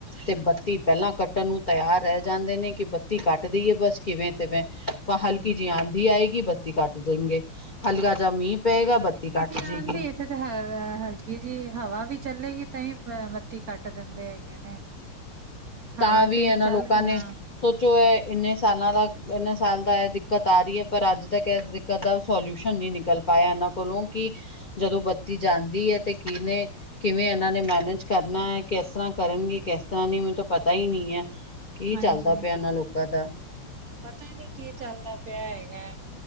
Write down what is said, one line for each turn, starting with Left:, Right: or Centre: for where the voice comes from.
Left: ਤੇ ਬੱਤੀ ਪਹਿਲਾਂ ਕੱਟਣ ਨੂੰ ਤਿਆਰ ਰਹਿ ਜਾਂਦੇ ਨੇ ਕਿ ਬੱਤੀ ਕੱਟ ਦੀਏ ਬਸ ਕਿਵੇਂ- ਤਿਵੇਂ। ਆਪਾਂ
Right: ਹਾਂਜੀ
Left: ਹਲਕੀ ਜਿਹੀ ਆਂਦੀ ਆਏਗੀ ਬੱਤੀ ਕੱਟ ਦੇਣਗੇ, ਹਲਕਾ ਜਾ ਮੀਂਹ। ਪਏਗਾ,
Right: ਹਲਕੀ
Left: ਬੱਤੀ ਕੱਟ
Right: ਜੀ ਆਂਦੀ
Left: ਜਏਗੀ।
Right: ਇੱਥੇ ਤੇ ਹ ਹਲਕੀ ਜੀ ਹਵਾ ਵੀ ਚੱਲੇਗੀ ਤਾਂ ਈ ਬੱਤੀ ਕੱਟ ਦਿੰਦੇ ਹੈਗੇ। ਨੇ।
Left: ਤਾਂ
Right: ਹਵਾ
Left: ਵੀ
Right: ਤੇਜ਼
Left: ਇਹਨਾਂ
Right: ਚੱਲ
Left: ਲੋਕਾਂ
Right: ਗਿਆ
Left: ਨੇ। ਸੋਚੋ ਇਹ ਇੰਨੇ ਸਾਲਾਂ ਦਾ, ਇੰਨੇ ਸਾਲ ਦਾ ਇਹ ਦਿੱਕਤ ਆ ਰਹੀ ਐ ਪਰ ਅੱਜ ਤੱਕ। ਇਸ ਗੱਲ ਦਾ ਸੋਲਿਊਸ਼ਨ ਨਹੀਂ ਨਿਕਲ ਪਾਇਆ ਇਹਨਾਂ ਕੋਲੋਂ ਕਿ ਜਦੋਂ ਬੱਤੀ ਜਾਂਦੀ ਐ ਤੇ ਕਿਨੇ। ਕਿਵੇਂ ਇਹਨਾਂ ਨੇ ਮੈਨਜ ਕਰਨਾ ਐ, ਕਿਸ ਤਰ੍ਹਾਂ ਕਰਨਗੇ ਕਿਸ ਤਰ੍ਹਾਂ ਨੀ ਮਤਲਬ। ਪਤਾ ਈ ਨਹੀਂ ਐ, ਕੀ
Right: ਹਾਂਜੀ
Left: ਚੱਲਦਾ ਪਿਆ ਇਹਨਾਂ ਲੋਕਾਂ ਦਾ।
Right: ਪਤਾ ਨੀ ਕੀ ਚੱਲਦਾ ਪਿਆ ਹੈਗਾ।